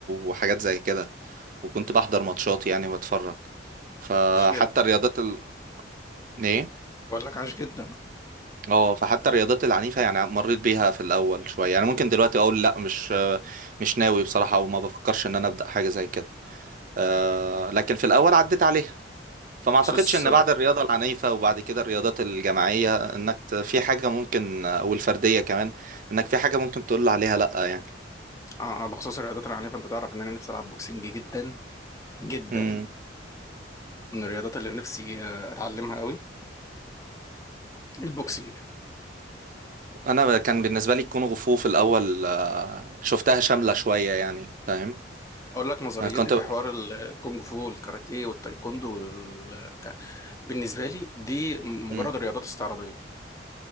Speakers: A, on the right; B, on the left.
A: وحاجات زي كده وكنت بحضر ماتشات يعني واتفرج فحتى
B: عاش جدا
A: الرياضات ال... ايه
B: بقول لك عاش جدا
A: اه فحتى الرياضات العنيفة يعني مريت بيها في الأول شوية يعني ممكن دلوقتي أقول لأ مش مش ناوي بصراحة وما بفكرش إن أنا أبدأ حاجة زي كده آه، لكن في الأول عديت عليها فما
B: بخصوص
A: أعتقدش إن
B: اه
A: بعد الرياضة العنيفة وبعد كده الرياضات الجماعية إنك ت- في حاجة ممكن أو الفردية كمان إنك في حاجة ممكن تقول عليها لأ يعني
B: آه، بخصوص الرياضات العنيفه انت تعرف ان انا نفسي العب بوكسنج جدا جدا
A: مم.
B: من الرياضات اللي نفسي آه، اتعلمها قوي البوكسنج
A: أنا كان بالنسبة لي الكونغ فو في الأول آه، شفتها شاملة شوية يعني فاهم
B: اقول لك نظريتي
A: أنا كنت
B: في حوار الكونغ فو والكاراتيه والتايكوندو وال... ك- بالنسبه لي دي مجرد
A: مم.
B: رياضات استعراضيه